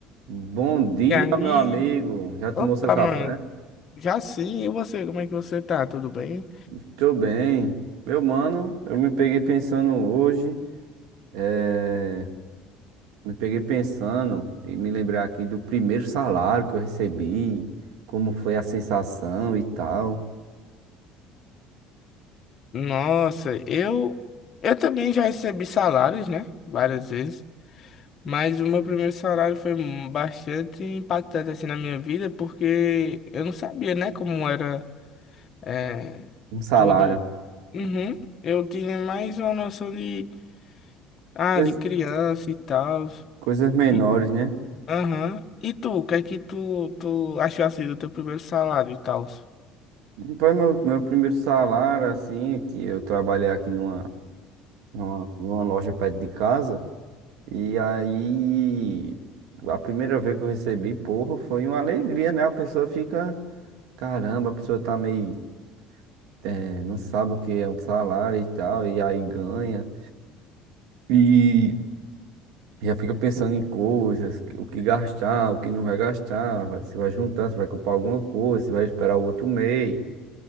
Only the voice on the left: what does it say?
E aí,
opa,
mano, já sim, e você, como é que você tá? Tudo bem?
Nossa, eu eu também já recebi salários, né? Várias vezes, mas o meu primeiro salário foi bastante impactante assim na minha vida, porque eu não sabia, né, como era é,
tudo. Uhum. Eu tinha mais uma noção de ah,
de criança e tal.
E,
aham. E tu, o que é que tu tu achou assim do teu primeiro salário e tal?